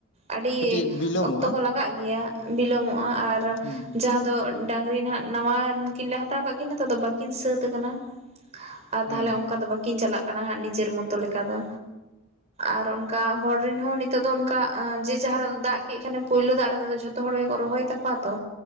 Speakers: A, on the right; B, on the left.
A: ᱟᱹᱰᱤ
B: ᱠᱟᱹᱴᱤᱡ ᱵᱤᱞᱚᱢᱚᱜᱼᱟ
A: ᱚᱠᱛᱚ ᱠᱚ ᱞᱟᱜᱟᱜ ᱜᱮᱭᱟ ᱵᱤᱞᱚᱢᱚᱜᱼᱟ ᱟᱨ
B: ᱦᱮᱸ ᱦᱮᱸ
A: ᱡᱟᱦᱟᱸ ᱫᱚ, ᱰᱟᱝᱨᱤ ᱱᱟᱜ ᱱᱟᱣᱟ ᱠᱤᱱ ᱞᱮ ᱦᱟᱛᱟᱣ ᱠᱟᱫ ᱠᱤᱱᱟᱹ ᱛᱚ ᱵᱟᱹᱠᱤᱱ ᱥᱟᱹᱛ ᱟᱠᱟᱱᱟ᱾ ᱟᱨ
B: ᱦᱮᱸ
A: ᱛᱟᱦᱚᱞᱮ
B: ᱦᱮᱸ
A: ᱚᱱᱠᱟ ᱫᱚ ᱵᱟᱹᱠᱤᱱ ᱪᱟᱞᱟᱜ ᱠᱟᱱᱟ ᱦᱟᱸᱜ ᱱᱤᱡᱮᱨ ᱢᱚᱛᱚ ᱞᱮᱠᱟ ᱫᱚ᱾ ᱟᱨ ᱚᱱᱠᱟ ᱦᱚᱲ ᱨᱮᱱ ᱦᱚᱸ ᱱᱤᱛᱚᱜ ᱫᱚ ᱚᱱᱠᱟ ᱡᱮ ᱡᱟᱦᱟᱸ ᱨᱮ ᱫᱟᱜ ᱠᱮᱫ ᱠᱷᱟᱱᱮ ᱯᱳᱭᱞᱳ ᱫᱟᱜ ᱨᱮᱫᱚ ᱡᱚᱛᱚ᱾ ᱡᱚᱛᱚ ᱦᱚᱲ ᱜᱮᱠᱚ ᱨᱚᱦᱚᱭ ᱛᱟᱠᱚᱶᱟ ᱛᱚ